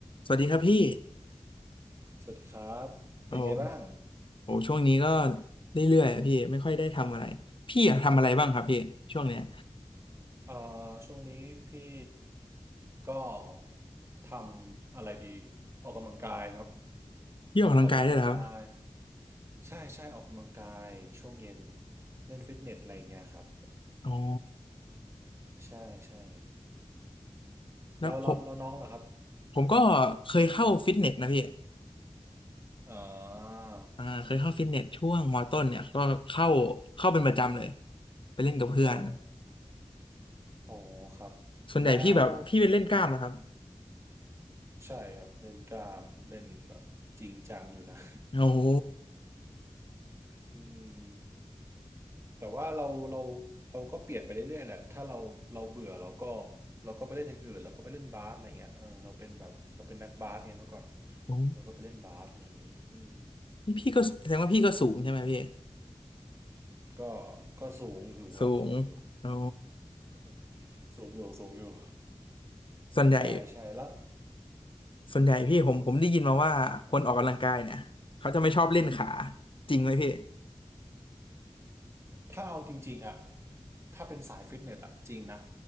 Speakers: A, on the left (about 50°); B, on the right (about 25°).
A: สวัสดีครับพี่
B: สวัสดีครับเป็นไงบ้าง
A: โอ้โหช่วงนี้ก็เรื่อยๆอะพี่ไม่ค่อยได้ทำอะไรพี่อะทำอะไรบ้างครับพี่ช่วงเนี้ย
B: อ่าช่วงนี้พี่ก็ทำอะไรดีออกกำลังกายครับ
A: พี่ออกกำลังกายด้วยเหรอครับ
B: ออกกำลังกายใช่ใช่ออกกำลังกายช่วงเย็นเล่นฟิตเนสอะไรอย่างเงี้ยครับ
A: อ๋อ
B: ใช่ใช่
A: แล้วผม
B: แล้วแล้วแล้วน้องล่ะครับ
A: ผมก็เคยเข้าฟิตเนสนะพี่
B: อ่า
A: อ่าเคยเข้าฟิตเนสช่วงมต้นเนี่ยก็เข้าเข้าเป็นประจำเลยไปเล่นกับเพื่อน
B: อ๋ออ๋อครับ
A: ส่วนใหญ่พี่แบบพี่เป็นเล่นกล้ามนะครับ
B: แล้วใช่ครับเล่นกล้ามเล่นแบบจริงจังอยู่นะ
A: โอ้โห
B: <laughs> อืม แต่ว่าเราเราเราก็เปลี่ยนไปเรื่อยๆแหละถ้าเราเราเบื่อเราก็เราก็ไปเล่นอย่างอื่นเราก็ไปเล่นบาสอะไรเงี้ยเออเราเป็นแบบเราเป็นนักบาสไงเมื่อก่อน
A: โอ้
B: เราก็ไปเล่นบาสอะไรอย่างงี้อืม
A: นี่พี่ก็แสดงว่าพี่ก็สูงใช่ไหมพี่
B: ก็ก็สูงอยู่ครับสูงอยู่
A: สูงอ๋อ
B: <laughs> สูงอยู่สูงอยู่
A: <laughs> ส่วนใหญ่
B: ใช่ใช่แล้ว
A: ส่วนใหญ่พี่ผมผมได้ยินมาว่าคนออกกำลังกายเนี่ยเขาจะไม่ชอบเล่นขา
B: ส่วน
A: จริงไหมพี่
B: ถ้าเอาจริงๆอะถ้าเป็นสายฟิตเนสอะจริงนะ